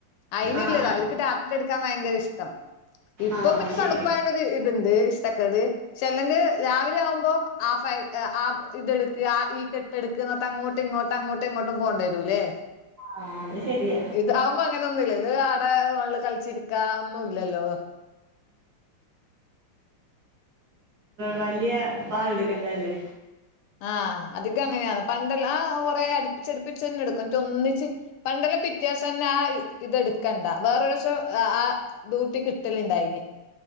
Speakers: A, on the left; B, on the right.
A: അയിന്ല്ലത്
B: ആഹ്
A: അവർക്ക് രാത്രി എടുക്കാൻ ഭയങ്കര ഇഷ്ടം ഇപ്പം
B: ആഹ്
A: പിന്നെ
B: ശരി
A: തണുപ്പായോണ്ടൊരു ഇത്ണ്ട് ഇഷ്ടക്കേട് ക്ഷെല്ലെങ്ക് രാവിലെ ആവുമ്പോ ആ ഫായി ആ ഇതെടുക്കാ ഈ കെട്ടെടുക്കുക എന്നിട്ടങ്ങോട്ട് ഇങ്ങോട്ട് അങ്ങോട്ട് ഇങ്ങോട്ടും പോണ്ടേരൂല്ലേ
B: ആഹ് അത് ശെരിയ
A: ഇതാവുമ്പങ്ങനൊന്നൂല്ലല്ലോ ഇതാടെ ഫൊൺള് കള്ച്ചിരിക്ക ഒന്നൂല്ലല്ലോ
B: വല്യെ പാള്ട്ക്കണ്ടതല്ലേ
A: ആഹ് അതികങ്ങന്യാന്ന് പണ്ടെല്ലാങ് കൊറേ അട്പ്പിച്ചട്പ്പിച്ചെന്നെട്ക്കും ഇന്നട്ട് ഒന്നിച്ച് പണ്ടെല്ലം പിറ്റ്യെവ്സംതന്നെ ആ ഇതെട്ക്കണ്ടാ വേറൊരുസം ആ ഡ്യൂട്ടി കിട്ടല്ണ്ടായിന്